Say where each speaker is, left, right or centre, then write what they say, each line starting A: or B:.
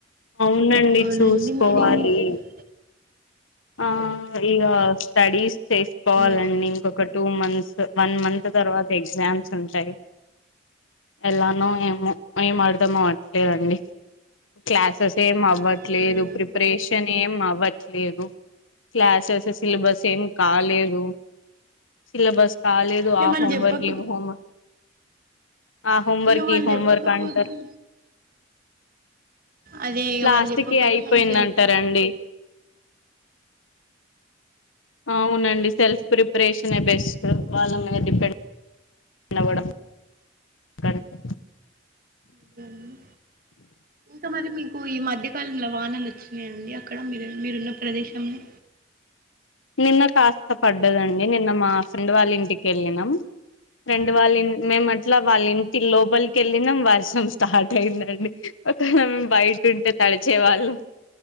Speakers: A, on the left; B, on the right.
A: అవునండి
B: అవునండి
A: చూసుకోవాలి
B: మీరేం చేస్తారు
A: ఆ ఇగ స్టడీస్ చేసుకోవాలండి
B: అదే
A: ఒక టూ మంత్స్ వన్ మంత్ తర్వాత ఎగ్జామ్స్ ఉంటాయి ఎలానో ఏమో ఏం ఆర్దం అవ్వట్లేదండి క్లాసెస్ ఏం అవ్వట్లేదు
B: అవునండి
A: ప్రిపరేషన్ ఏం అవ్వట్లేదు క్లాసెస్ సిలబస్ ఏం కాలేదు సిలబస్ కాలే దు
B: ఇగ
A: ఆ
B: వాళ్ళు
A: హోంవర్క్
B: చెప్పక
A: ఈ హోంవ ఆ హోంవర్క్
B: ఇగ వాళ్ళు
A: ఈ హోంవర్క్
B: చెప్పకపోతే
A: అంటారు
B: అదే ఇగ
A: లాస్ట్
B: వాళ్ళు చెప్పకపోతే
A: కి అయిపోయిందంటారండి
B: మనం సెల్ఫ్గా
A: అవునండి సెల్ఫ్ ప్రిపరేషనే బెస్ట్ వాళ్ళ మీద డిపెండ్ అవ్వడం కంటే
B: అదండీ ఇంకా మరి మీకు ఈ మధ్య కాలంలో వానలు వచ్చినయా అండి అక్కడ మీరు మీరున్న ప్రదేశంలో
A: నిన్న కాస్త పడ్డదండి నిన్న మా ఫ్రెండ్ వాళ్ళ ఇంటికెళ్ళినం ఫ్రెండ్ వాళ్ళిం మేం అట్లా వాళ్ళ ఇంటి లోపలికి వెళ్ళినం వర్షం స్టార్ట్ అయ్యిందండి ఒకేళ మేం బయట ఉంటే తడిచేవాళ్ళం